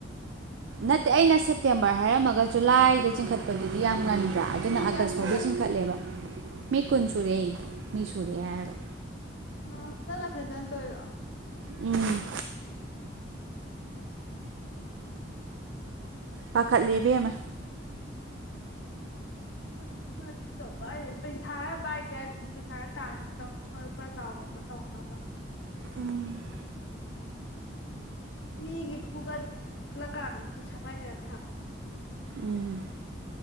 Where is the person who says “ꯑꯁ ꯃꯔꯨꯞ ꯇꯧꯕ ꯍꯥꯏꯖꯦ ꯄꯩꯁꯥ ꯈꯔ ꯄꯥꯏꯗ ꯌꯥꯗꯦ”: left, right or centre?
Left